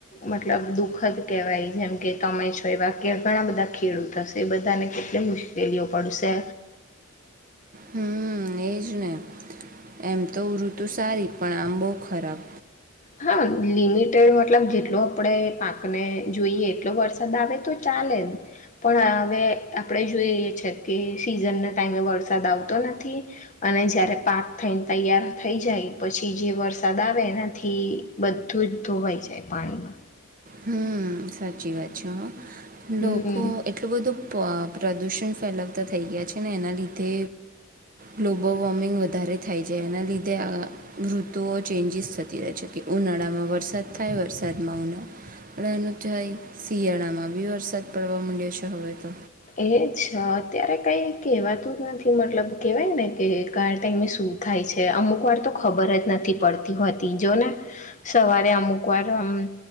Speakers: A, on the left; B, on the right.
A: મતલબ દુખદ કહેવાય જેમ કે તમે છો એ વાક્ય ઘણા બધા ખેડૂત હશે એ બધાને કેટલી મુશ્કેલીઓ પડશે
B: હમ એજ ને એમ તો ઋતુ સારી પણ આમ બહ ખરાબ
A: હા લિમિટેડ મતલબ જેટલો આપણે પાકને જોઈએ એટલો વરસાદ આવે તો ચાલે પણ હવે આપણે જોઈએ છે કે સિઝનના ટાઈમે વરસાદ આવતો નથી અને જારે પાક થઈને તૈયાર થઈ જાય પછી જે વરસાદ આવે એનાથી થી બધું જ ધોવાઈ જાય પાણીમાં
B: હમ સાચી વાત છે હ
A: હમ્મ.
B: લોકો એટલું બધું પ્રદૂષણ ફેલાવતા થઈ ગયા છે ને એના લીધે ગ્લોબલ વોર્મિંગ વધારે થઈ જાય એના લીધે આ ઋતુઓ ચેન્જીસ થતી રહે છે કે ઉનાળામાં વરસાદ થાય વરસાદમાં ઉનાળા એનુંય શિયાળા માં બી વરસાદ પડવા માંડ્યો છે હવે તો
A: એજ અચ્છા અત્યારે કંઈ કહેવાતું જ નથી મતલબ કહેવાય ને કે ક ટાઈમે શું થાય છે અમુક વાર તો ખબર જ નથી પડતી હોતી જો ને સવારે અમુક વાર આમ